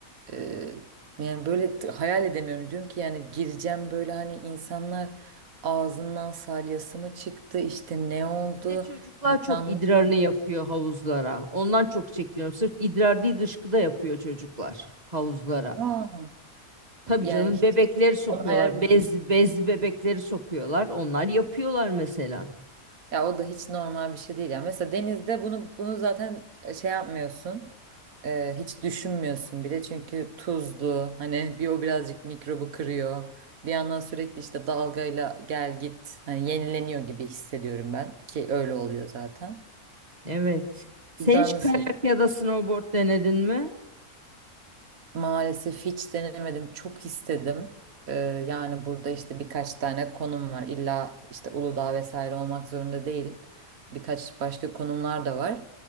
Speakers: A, on the right; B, on the right.
A: Eee, yani böyle t- hayal edemiyorum. Diyorum ki yani gireceğim böyle hani insanlar ağzından salyası mı çıktı işte ne oldu
B: Bir de çocuklar
A: yıkanmış
B: çok idrarını
A: mı?
B: yapıyor havuzlara. Ondan çok çekiniyorum. Sırf idrar değil dışkı da yapıyor çocuklar havuzlara.
A: Aa,
B: Tabii
A: yani
B: canım
A: hiç
B: bebekleri sokuyorlar.
A: onu hayal
B: Bez, bezli bebekleri sokuyorlar. Onlar yapıyorlar mesela.
A: ya o da hiç normal bir şey değil. ya mesela denizde bunu bunu zaten e, şey yapmıyorsun. Eee, hiç düşünmüyorsun bile çünkü tuzlu hani bir o birazcık mikrobu kırıyor. Bir yandan sürekli işte dalgayla gel git hani yenileniyor gibi hissediyorum ben ki öyle oluyor zaten.
B: Evet. Sen
A: Ben
B: hiç
A: de
B: kayak
A: se-
B: ya da snowboard denedin mi?
A: maalesef hiç denemedim. Çok istedim. Ee, yani burada işte birkaç tane konum var. İlla işte Uludağ vesaire olmak zorunda değil. Birkaç başka konumlar da var.